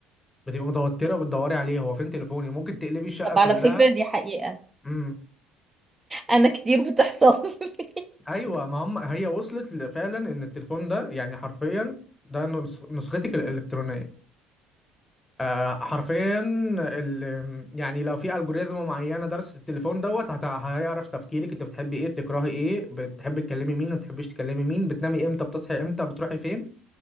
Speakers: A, on the left (about 15°); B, on the right (about 20°).
A: بتبقى متوتره وبتدوري عليه هو فين تليفوني ممكن تقلبي الشقه
B: طب
A: كلها
B: على فكرة دي حقيقة
A: امم
B: أنا كتير بتحصل لي.
A: ايوه ما هم هي وصلت ل- فعلا ان التليفون ده يعني حرفيا ده نسخ- نسختك الالكترونيه آه حرفيا ال... يعني لو في الجوريزم معينه درست التليفون دوت هت... هيعرف تفكيرك انت بتحبي ايه بتكرهي ايه بتحبي تكلمي مين ما بتحبيش تكلمي مين بتنامي امتى بتصحي امتى بتروحي فين